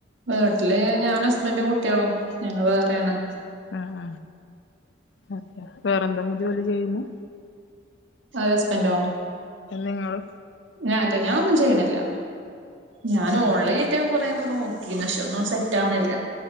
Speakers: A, on the right; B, on the left.
A: വീട്ടില് ഞാനും ഹസ്ബെന്റും കുട്ടിയാളും, ഞങ്ങള് വേറെയാണ്.
B: ആഹ് ആഹ് വേറെന്തെലും ജോലി ചെയ്യുന്നു?
A: ആര് ഹസ്ബന്റോ
B: നിങ്ങള്
A: ഞ അല്ല ഞാൻ ഒന്നും ചെയ്യ്ണില്ല. ഞാന് ഓൺലൈൻആയിട്ട് കൊറേ നോക്കീനിം പക്ഷെ ഒന്നും സെറ്റാവ്ണില്ല.